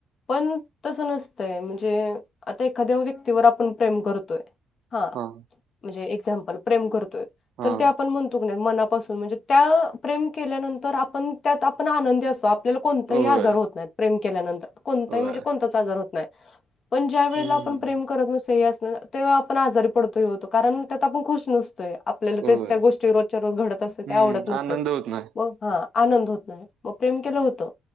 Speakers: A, on the left; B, on the right.
A: पण तसं नसतंय म्हणजे आता एखाद्या व्यक्तीवर आपण प्रेम करतोय हा
B: हां,
A: म्हणजे एक्झाम्पल प्रेम करतोय
B: हां.
A: तर ते आपण म्हणतो मनापासून म्हणजे त्या प्रेम केल्यानंतर आपण त्यात आपण आनंदी अस आपल्याला कोणताही
B: होय,
A: आजार होत नाही प्रेम केल्यानंतर कोणताही
B: होय.
A: म्हणजे कोणताच आजार होत नाही पण ज्या वेळेला
B: हं.
A: आपण प्रेम करत नसतो हे असण तेव्हा आपण आजारी पडतो ही होत कारण त्यात आपण खुश नसतो आपल्याला
B: होय.
A: तेच त्या गोष्टी रोजच्या रोज घडत असत
B: हं.
A: ते आवडत नसतच
B: आनंद होत नाही.
A: मग हा आनंद होत नाही मग प्रेम केलं होतं